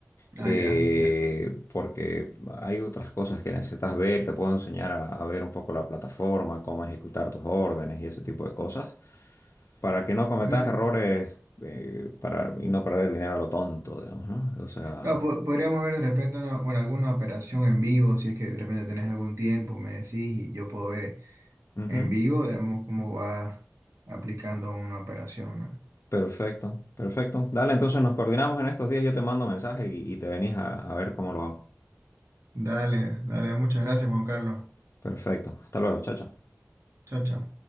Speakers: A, on the left (about 65°); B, on the right (about 75°).
A: eh,
B: Ah, ya, ya.
A: porque hay otras cosas que necesitas ver. Te puedo enseñar a, a ver un poco la plataforma, cómo ejecutar tus órdenes y ese tipo de cosas, para que no cometas
B: Podría-
A: errores, eh, para, y no perder dinero a lo tonto, digamos, ¿no? O sea,
B: claro, po- podríamos ver de repente una, bueno, alguna operación en vivo, si es que de repente tenés algún tiempo, me decís, y yo puedo ver
A: ujú.
B: en vivo, digamos, cómo va aplicando una operación, ¿no?
A: Perfecto, perfecto. Dale, entonces nos coordinamos en estos días. Yo te mando mensaje y, y te venís a, a ver cómo lo hago.
B: Dale, dale, muchas gracias, Juan Carlos.
A: Perfecto. Hasta luego, chao, chao.
B: Chao, chao.